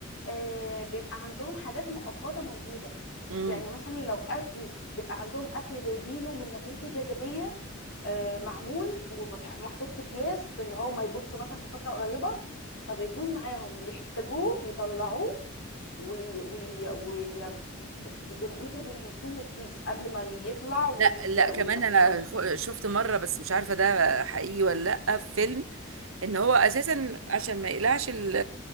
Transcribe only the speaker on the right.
امم
لا لا كمان
انا
خ- شفت مره بس مش عارفه ده حقيقي ولا لا في فيلم ان هو اساسا عشان ما يقلعش ال-